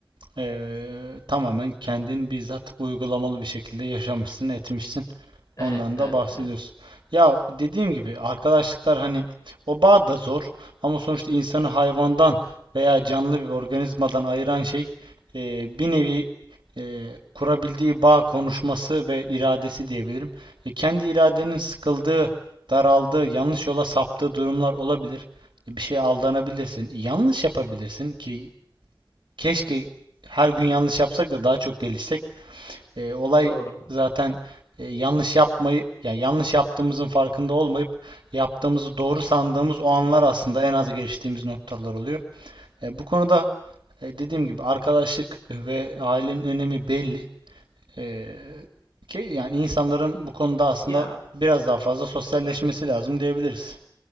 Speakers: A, on the right; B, on the left.
A: eee, tamamen kendin bizzat uygulamalı bir şekilde yaşamışsın, etmişsin.
B: Evet,
A: Ondan
B: evet,
A: da bahsediyorsun.
B: evet.
A: Ya dediğim gibi arkadaşlıklar hani o bağ da zor ama sonuçta insanı hayvandan veya canlı bir organizmadan ayıran şey e, bir nevi e, kurabildiği bağ konuşması ve iradesi diyebilirim. E, kendi iradenin sıkıldığı, daraldığı, yanlış yola saptığı durumlar olabilir. E, bir şeye aldanabilirsin, yanlış yapabilirsin ki keşke her gün yanlış yapsak da daha çok gelişsek. E, olay
B: Doğru.
A: zaten e, yanlış yapmayı, ya yanlış yaptığımızın farkında olmayıp yaptığımızı doğru sandığımız o anlar aslında en az geliştiğimiz noktalar oluyor. E, bu konuda e, dediğim gibi arkadaşlık ve ailenin önemi belli. E, ki yani insanların bu konuda aslında
B: Ya
A: biraz daha fazla sosyalleşmesi lazım diyebiliriz.